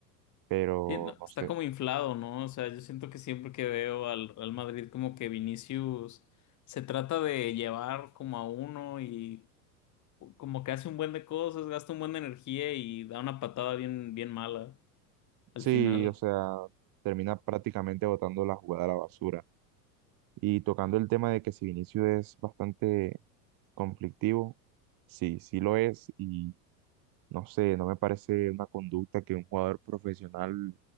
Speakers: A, on the right; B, on the left.
A: pero
B: Sí, no,
A: no
B: está
A: sé,
B: como inflado, ¿no? O sea, yo siento que siempre que veo al Real Madrid como que Vinicius se trata de llevar como a uno y como que hace un buen de cosas, gasta un buen de energía y da una patada bien, bien mala al
A: sí,
B: final.
A: o sea, termina prácticamente botando la jugada a la basura. Y tocando el tema de que si Vinicius es bastante conflictivo, sí, sí lo es, y no sé, no me parece una conducta que un jugador profesional